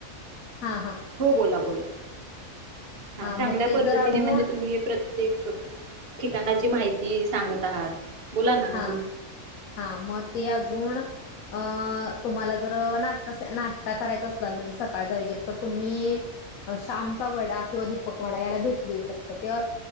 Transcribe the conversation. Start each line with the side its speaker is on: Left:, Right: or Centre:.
Left: हां हां
Right: हो बोला बोला. हा
Left: हां
Right: चांगल्या
Left: मग ते
Right: पद्धतीने
Left: जर अजून
Right: म्हणजे तुम्ही प्रत्येक ठिकाणाची माहिती सांगत आहात. बोला ना
Left: हा
Right: अजून
Left: हा म ते आज अजून अं तुम्हाला जर नाश् नाश्ता करायचा असला म्हणजे सकाळचा वगैरे तर तुम्ही श्यामचा वडा किंवा दीपक वडा याला भेट देऊ शकता ते